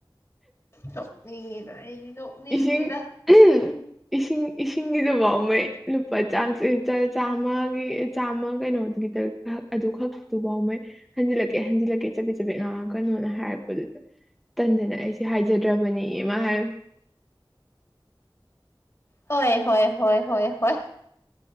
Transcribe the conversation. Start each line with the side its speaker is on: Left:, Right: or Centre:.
Left: ꯅꯣꯛꯅꯤꯡꯉꯦꯗ ꯑꯩꯗꯤ ꯅꯣꯛꯅꯤꯡꯉꯤꯗ
Centre: ꯏꯁꯤꯡ <unintelligible> ꯏꯁꯤꯡ ꯏꯁꯤꯡꯒꯤꯗꯨ ꯐꯥꯎ ꯃꯩ ꯂꯨꯄꯥ ꯆꯥꯝꯃꯒꯤ ꯆꯥꯝꯃ ꯀꯩꯅꯣꯒꯤꯇ ꯍꯥꯛ ꯑꯗꯨ ꯈꯛꯇꯨꯐꯥꯎ ꯃꯩ ꯍꯟꯖꯤꯜꯂꯛꯀꯦ ꯍꯟꯖꯤꯜꯂꯛꯀꯦ ꯆꯄꯦꯠ ꯆꯕꯦꯠ ꯉꯥꯡꯉꯥꯛꯀꯅꯣꯅ ꯍꯥꯏꯔꯛꯄꯗꯨꯗ ꯇꯟꯗꯅ ꯑꯩꯁꯦ ꯍꯥꯏꯖꯗ꯭ꯔꯕꯅꯤꯌꯦ ꯃꯥꯅ ꯍꯥꯏꯔꯤꯝ
Left: ꯍꯣꯏ ꯍꯣꯏ ꯍꯣꯏ ꯍꯣꯏ ꯍꯣꯏ